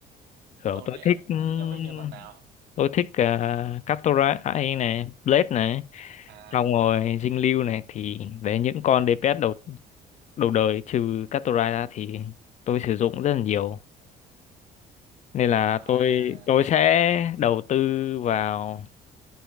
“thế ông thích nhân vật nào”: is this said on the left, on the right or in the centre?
Right